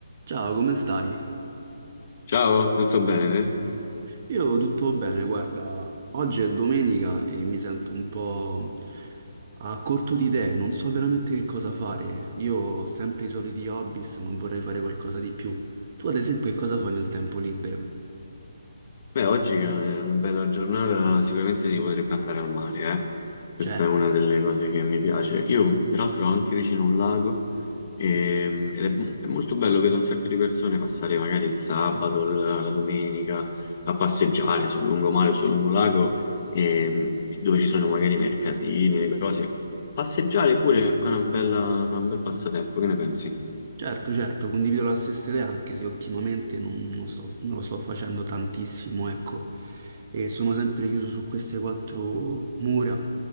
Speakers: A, on the right (about 40°); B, on the left (about 40°).
A: Ciao, come stai?
B: Ciao, tutto bene te?
A: Io tutto bene, guarda, oggi è domenica e mi sento un po' a corto di idee, non so veramente che cosa fare. Io ho sempre i soliti hobby, ma vorrei fare qualcosa di più. Tu, ad esempio, che cosa fai nel tempo libero?
B: Beh, oggi che è una bella giornata, sicuramente si potrebbe andare al mare, eh? Questa
A: Cioè,
B: è una delle cose che mi piace. Io, peraltro, ho anche vicino un lago ehm, ed è, è molto bello, vedo un sacco di persone passare magari il sabato, la, la domenica, a passeggiare sul lungomare o sul lungolago, ehm, dove ci sono magari i mercatini, le cose. Passeggiare pure è una bella- un bel passatempo, che ne pensi?
A: Certo, certo, condivido la stessa idea, anche se ultimamente non, non sto- non lo sto facendo tantissimo, ecco. E sono sempre chiuso su queste quattro mura